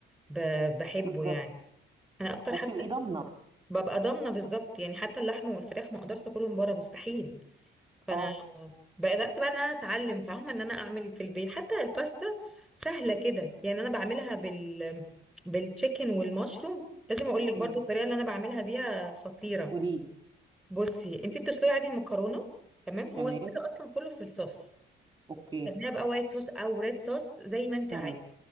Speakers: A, in the centre; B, on the right.
A: ب- بحبه
B: بالظبط
A: يعني انا اكتر حتى
B: وبتبقي ضامنه
A: ببقى ضامنه بالظبط يعني حتى اللحمه والفراخ ما اقدرش اكلهم بره مستحيل فانا
B: اه
A: بدات بقى ان انا اتعلم فاهمه ان انا اعمل في البيت حتى الباستا سهله كده يعني انا بعملها بال بالتشيكن والمشروم لازم اقول لك برضو
B: امم
A: الطريقه اللي انا بعملها بيها خطيره
B: قولي لي
A: بصي انت بتسلقي عادي المكرونه تمام
B: تمام
A: هو السر اصلا كله في الصوص
B: اوكي
A: تعمليها بقى وايت صوص او ريد صوص زي ما انت
B: امم
A: عايزه